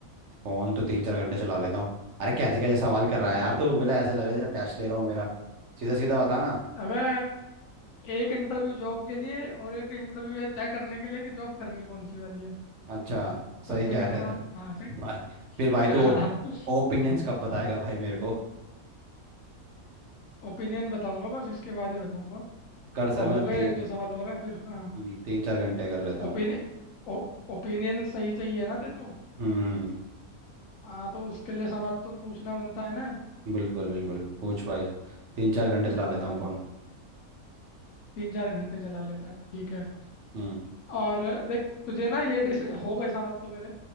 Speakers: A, on the right (about 55°); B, on the left (about 65°).
A: फोन तो तीन चार घंटे चला लेता हूँ अरे कैसे कैसे सवाल कर रहा
B: तीन
A: है यार तू बोला ऐसे लग रहा है जैसे टेस्ट ले रहा हो मेरा सीधा सीधा बता ना
B: अबे एक इंटरव्यू जॉब के लिए और एक इंटरव्यू ये तय करने के लिए कि जॉब करनी कौन सी वाली है
A: अच्छा सही
B: तो सेकंड
A: कह रहा
B: राउंड
A: था
B: हाँ
A: भाई
B: सेकंड
A: फिर भाई तू ओपिनियंस कब बताएगा भाई मेरे को
B: <laughs> ओपिनियन बताऊंगा बस इसके बाद ही बताऊंगा
A: कर
B: वाह,
A: सक
B: हो
A: मैं
B: गए
A: तीन
B: एक दो सवाल और हैं फिर हाँ
A: हम्म, तीन चार घंटे कर लेता हूँ
B: ओपिनियन ओपिनियन सही चाहिए ना तेरे को
A: हम्म
B: हाँ तो उसके लिए सवाल तो पूछना बनता है ना
A: हम्म, बिल्कुल बिल्कुल पूछ भाई तीन चार घंटे चला लेता
B: हाँ
A: हूँ फोन
B: तीन चार घंटे चला लेता है ठीक है
A: हम्म
B: और देख तुझे ना ये डिस हो गए सवाल तो मेरे